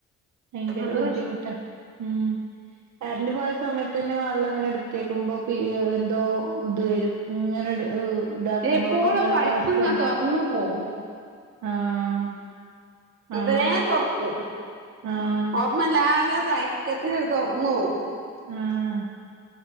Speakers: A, on the right; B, on the right.
A: ഭയങ്കര
B: അത്
A: ബുദ്ധിമുട്ടാ
B: റിസ്
A: മ്മ് കറണ്ട് പോയ സമയത്ത് തന്നെ വെള്ളം ഇങ്ങനെ എടുത്തേക്കുമ്പോ എന്തോ ഇത് വരും ഇങ്ങനെ ഇതാക്കുമ്പോ
B: എപ്പോളും
A: അപ്പൊ ഇങ്ങള്ക്കവസ്ഥ
B: പൈപ്പ്ങ്ങ തുറന്നു പോവും
A: ആഹ്
B: അത്രേ
A: ആഹ്
B: തുറക്കും
A: ആഹ്
B: ഓർമ്മല്ലാതെ തയക്കത്തിനത് തുറന്ന് പോവും
A: ആഹ്